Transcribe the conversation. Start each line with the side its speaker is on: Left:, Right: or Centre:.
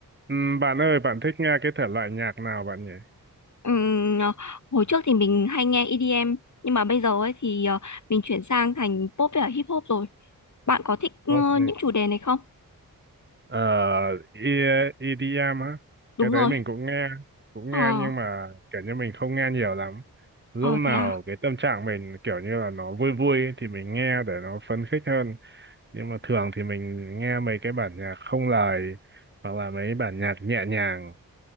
Right: Ừm, Bạn ơi, bạn thích nghe cái thể loại nhạc nào bạn nhỉ?
Left: Ừm, ờ, hồi trước thì mình hay nghe EDM nhưng mà bây giờ ấy thì ờ, mình chuyển sang thành pop với cả hip hop rồi. Bạn có thích ờ,
Right: Pop đi.
Left: những chủ đề này không?
Right: Ờ, E- EDM á.
Left: Đúng
Right: Cái đấy
Left: rồi.
Right: mình cũng nghe, cũng
Left: Ờ,
Right: nghe nhưng mà kiểu như mình không nghe nhiều lắm. Lúc
Left: ờ
Right: nào
Left: thế à.
Right: cái tâm trạng mình kiểu như là nó vui vui ấy thì mình nghe để nó phấn khích hơn. Nhưng mà thường thì mình nghe mấy cái bản nhạc không lời hoặc là mấy bản nhạc nhẹ nhàng.